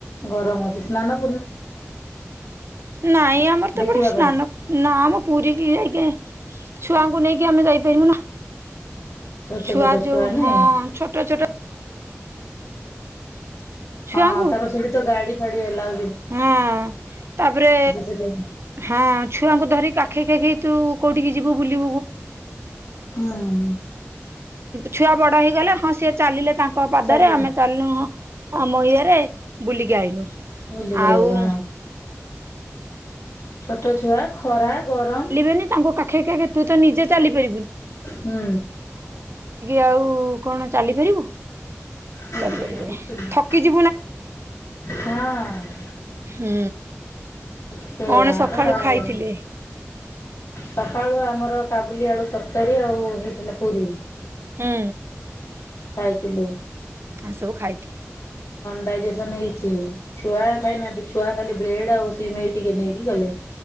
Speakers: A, on the left; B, on the right.
A: ଗରମ ହଉଛି ସ୍ନାନ
B: ନାଇଁ ଆମର
A: ଦେଖିବା
B: ତ ପଟେ ସ୍ନାନ
A: ପାଇଁ?
B: ନା ଆମ ପୁରୀ ଛୁଆଙ୍କୁ ନେଇକି ଆମେ ଯାଇପାରିବୁ ନା
A: ଛୋଟ
B: ଛୁଆ
A: ଛୋଟ
B: ଯୋଉ
A: ନାଇଁ?
B: ହଁ ଛୋଟ ଛୁଆଙ୍କୁ
A: ହଁ ତାପରେ ସେଠି ତ ଗାଡି ଫାଡି ହେଲା।
B: ହଁ ତାପରେ
A: ସେଠି
B: ହଁ ଛୁଆଙ୍କୁ ଧରି କା କାଖେଇ କାଖେଇ ତୁ କୋଉଠିକି ଯିବୁ ବୁଲି
A: ହୁଁ।
B: ଛୁଆ ବଡ ହେଇଗଲେ ହଁ ସିଏ ଚାଲିଲେ ତାଙ୍କ ପାଦରେ
A: ଚାଲି
B: ଆମେ ଚାଲିଲୁ ହଁ ଆମ ଇଏରେ ବୁଲି ଆଇନୁ।
A: ଟିକେ
B: ଆଉ
A: ବା ଛୋଟ ଛୁଆ ଖରା। ଗରମ
B: ଚାଲିବେନି ତାଙ୍କୁ କାଖେଇ କାଖେଇ ତୁ ତ ନିଜେ ଚାଲି କି
A: ହୁଁ
B: ଆଉ କଣ ଚାଲିପାରିବୁ?
A: କିଛି
B: ଚାଲି
A: ନାହିଁ କିଛି ନାହିଁ। ହଁ
B: ହୁଁ।
A: ସେଇଆ
B: କଣ ସକାଳୁ
A: ତ ଆଉ।
B: ଖାଇଥିଲେ?
A: ସକାଳୁ ଆମର କାବୁଲି ଆଳୁ ତରକାରୀ ଆଉ ହେଇଥିଲା ପୁରୀ।
B: ହୁଁ।
A: ଖାଇଥିଲୁ।
B: ଆଉ ସବୁ ଖାଇଥିଲେ
A: ଡାଇଜେସନ ହେଇଛି ଛୁଆ ଖାଇନାହାନ୍ତି ଛୁଆ ଖାଲି ବ୍ରେଡ ଆଉ ସିମେଇ ଟିକେ ନେଇକି ଗଲେ।